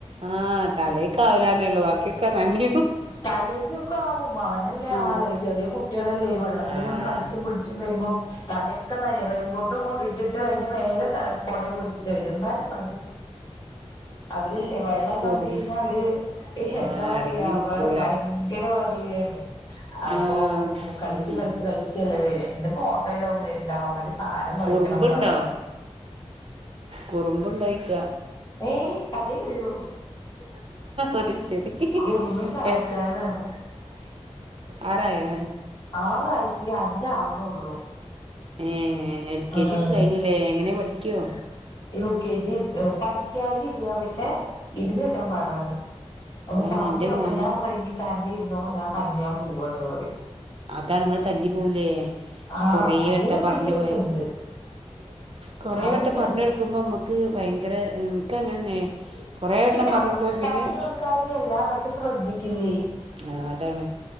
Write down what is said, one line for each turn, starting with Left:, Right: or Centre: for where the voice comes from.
Right: ആഹ തലൊക്ക ആാവലന്നേ ഉള്ളൂ ബാക്കിയൊക്കെ നന്ദിയ
Left: തലക്കൊക്കെ ആവും അവനല്ലേ
Right: ആ
Left: ആള് ചെറിയ കുട്ടികളല്ലേ ഈ വെള്ളത്തിലക്ക
Right: ആ
Left: കളിച്ചും പിടിച്ചും വരുമ്പോ തലയൊക്കെ നനയും റെയിൻകോട്ടും ഇട്ടിട്ട് അതിന്റെ മേലെ ത കൊടയും പിടിച്ചിട്ട് വരും എന്നാലും മതി അവരില്ലേ വെള്ളം
Right: കുറുമ്പ്
Left: കണ്ട കഴിഞ്ഞാൽ അവര്
Right: ആ
Left: എന്താ പറയാ
Right: അടങ്ങി നിക്കൂല
Left: ഭയങ്കര വെരളിയാണ് അപ്പൊ
Right: ആ
Left: കളിച്ചു
Right: ഉം
Left: കളിച്ചച്ച് കളിച്ചല്ല ഇന്ന് പോ എല്ലാവരും വരുണ്ടാവും അമ്മയ്ക്ക് സാധനം മേടിക്കണം
Right: കുറുമ്പുണ്ടോ
Left: പറഞ്ഞു
Right: കുറുമ്പുണ്ടോയിക്ക
Left: ഏയ് കതേ ഉള്ളൂ
Right: അത് ശരി
Left: കുറുമ്പിന്റെ ആശാനാണ്
Right: എ ആരായോ
Left: ആറായിട്ടില്ലേ അഞ്ച ആാവണള്ളൂ
Right: ഉം എൽ കെ
Left: ഉം
Right: ജി ഒക്കെഴിഞ്ഞല്ലേ എങ്ങനെ പഠിക്ക പക്കോ
Left: യു കെ ജി പഠിക്കായി ഇല്ല പക്ഷെ ഇരുന്ന് കെട്ടാൻ പാടാണ് അന്ന്
Right: അതാണ്
Left: പറഞ്ഞഞ്
Right: എൻ്റെ
Left: വെക്ക
Right: മോന്
Left: ഞാൻ പറയാ നീ തന്ന എന്തോ ഞാൻ തന്നെയൻ പോൂണ്റി
Right: അതാ നമ്മള് തല്ലി പോലേ
Left: ആഹ്
Right: കൊറ
Left: തല്ലലും
Right: വട്ടം
Left: പിടിക്കലൊക്കെ
Right: പറഞ്ഞു പോയൽ
Left: ഉണ്ട്
Right: കൊറ
Left: അതൊക്കെ
Right: വട്ടം പറഞ്ഞ
Left: ഉണ്ട്
Right: കൊടുക്കുമ്പോ നമ്മുക്ക് ഭയങ്കര <unintelligible> കൊറേ വട്ടം
Left: പറ
Right: പറഞ്ഞ് കൊടുക്കുമ്പോ പിന്നെ
Left: പറഞ്ഞു കൊടുക്കാഴികയല്ല പക്ഷെ ശ്രദ്ധിക്ക
Right: ആഹ് അതാണ്